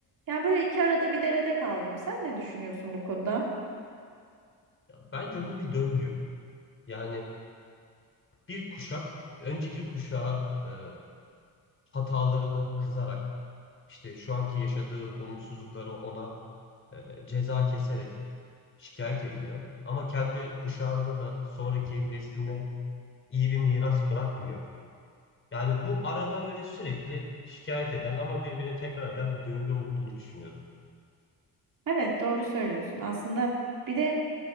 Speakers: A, on the right (about 60°); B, on the left (about 30°).
A: Yani böyle iki arada bir derede kaldım. Sen ne düşünüyorsun bu konuda?
B: Bence bu bir döngü. Yani bir kuşak önceki kuşağa e, hatalarını kızarak işte şu anki yaşadığı olumsuzlukları ona e, ceza keserek şikayet ediyor. Ama kendi kuşağında da sonraki nesline iyi bir miras bırakmıyor. Yani bu arada böyle sürekli şikayet eden ama birbirini tekrar eden bir döngü olduğunu düşünüyorum.
A: Evet, doğru söylüyorsun. Aslında bir de